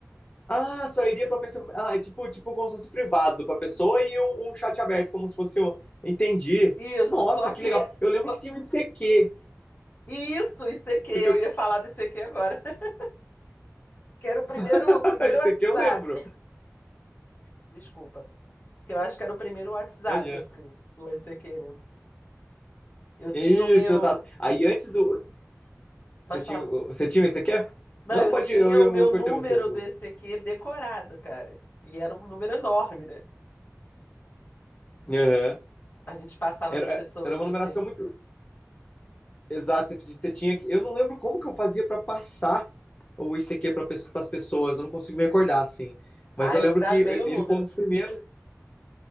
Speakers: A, on the left; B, on the left.
A: Ah, só iria pra pessoa. Ah, é tipo, tipo como se fosse privado pra pessoa e um, um chat aberto, como se fosse. um- Entendi.
B: Isso,
A: Nossa,
B: só que.
A: que legal. Eu lembro
B: Só...
A: que tinha um ICQ.
B: Isso, ICQ,
A: Você
B: eu
A: pegou.
B: ia falar do ICQ agora. <laughs> Que era o primeiro,
A: <laughs>
B: o primeiro
A: ICQ
B: WhatsApp.
A: eu lembro.
B: Desculpa. Que eu acho que era o primeiro WhatsApp,
A: Imagina.
B: assim, do ICQ, né? Eu tinha
A: Isso,
B: o meu.
A: exato. Aí antes do.
B: Pode
A: Você tinha,
B: falar.
A: o- você tinha um ICQ?
B: Não,
A: Não,
B: eu
A: pode.
B: tinha
A: Eu, eu,
B: o meu
A: eu cortei
B: número
A: você.
B: do ECQ decorado, cara. E era um número enorme, né?
A: Aham.
B: A gente passava
A: Era,
B: para as pessoas
A: era uma
B: assim.
A: numeração muito. Exato, você, você tinha que. Eu não lembro como que eu fazia pra passar o ICQ para as pessoas. Eu não consigo me acordar assim.
B: Ah,
A: Mas eu
B: eu
A: lembro
B: gravei
A: que
B: o
A: ele
B: número.
A: foi um dos primeiros.